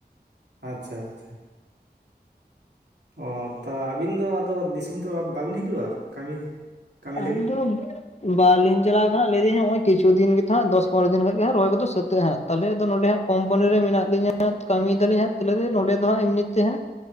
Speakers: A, on the right (about 80°); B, on the left (about 40°).
A: ᱟᱪᱪᱷᱟ ᱟᱪᱪᱷᱟ᱾ ᱚ ᱛᱟ ᱟᱹᱵᱤᱱ ᱫᱚ ᱟᱫᱚ ᱫᱤᱥᱚᱢ ᱛᱮ ᱵᱟᱵᱤᱱ ᱦᱤᱡᱩᱜ-ᱟ? ᱠᱟᱹᱢᱤ ᱠᱟᱹᱢᱤ ᱞᱟᱹᱜᱤᱫ
B: ᱟᱫᱚᱢ ᱵᱟᱞᱤᱧ ᱪᱟᱞᱟᱣ ᱠᱟᱱᱟ ᱞᱟᱹᱭ ᱫᱤᱧ ᱦᱟᱜ ᱦᱚᱜᱚᱭ ᱠᱤᱪᱷᱩ ᱫᱤᱱ ᱜᱮᱛᱚ ᱦᱟᱜ ᱫᱚᱥ ᱯᱚᱱᱚ ᱫᱤᱱ ᱠᱷᱟᱱ ᱜᱮ ᱦᱟᱜ ᱨᱚᱦᱚᱭ ᱠᱚᱫᱚ ᱥᱟᱹᱛᱟᱹᱜ ᱦᱟᱜ᱾ ᱛᱟᱦᱚᱞᱮ ᱟᱫᱚ ᱱᱚᱰᱮ ᱦᱟᱜ ᱠᱚᱢᱯᱟᱱᱤ ᱨᱮ ᱢᱮᱱᱟᱜ ᱞᱤᱧᱟ ᱠᱟᱹᱢᱤᱭ ᱫᱟᱞᱤᱧ ᱦᱟᱜ ᱛᱤᱱᱟᱜ ᱫᱤᱱ ᱱᱚᱰᱮ ᱫᱚ ᱦᱟᱸᱜ ᱮᱢᱱᱤ ᱛᱮ ᱦᱟᱸᱜ